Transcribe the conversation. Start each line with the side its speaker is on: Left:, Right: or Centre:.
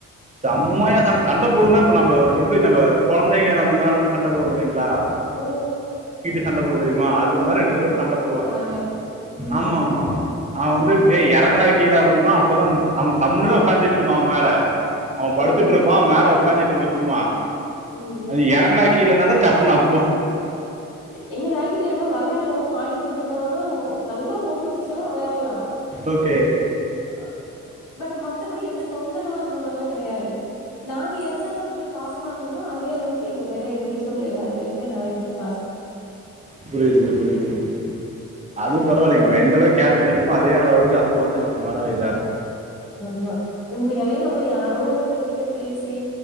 Right: செம்மயா சண் சண்ட போடுனா இப்போ நம்ம எப்புடி நம்ப கொழந்தைங்க நம்ம மேல வந்து சண்ட போடு தெரிங்ளா
Left: ஓ
Right: சண்ட போடுங் தெரிமா அது மாரி
Left: ஓ
Right: ரெண்டு பேரு சண்ட போடுவாங்க
Left: ஜாலியா ம்
Right: ஆமாமா அவ வந்து
Left: ம்
Right: டே எறங் குடா கீழ அப்டிம்பா அப்பதா அங்க கம்முனுதா ஒக்காந்திட்ருக்கு அவ மேல அவ படுத்துட்ருப்பா
Left: ஓ ஓகே ஓகே
Right: மேல உக்காந்துட்ருக்கு சு ம்மா
Left: ம் ம்
Right: அது எறங்குடா கீழனாதா சப்புனு அப்பு
Left: எங்க நாய்க்குட்டியானா வெளையாடும் மாடிக் கூட்டு போனன்னா நல்லா ஓடி புடிச்சல்லா வெளையாட்லா
Right: ஓகே
Left: <unintelligible> பட் மத்தபடி எந்த தொந்தரவு அந்த மாரிலா கெடையாது நாங்க எந்த அளவுக்கு பாசமா இருந்தோமோ அதே அளவுக்கு எங்க மேல எங்க வீட்ல உள்ள எல்லா ரு மேலயுமே நாய்க்குட்டிங்க
Right: புரிய்துங்க புரிய்து புரிய்து
Left: ம்
Right: அதும் பரவால்லிங்க நம்ம எந்தளவ்க் கேர் பண்ணிக்கிறோமோ அதே லெவளுக்கு அதுவும் வந்து நம்ம மேல இதா இருக்
Left: ஆம்மா உண்மையாவே நம்ம யாரோ ஒருத்தர் கிட்ட பேசி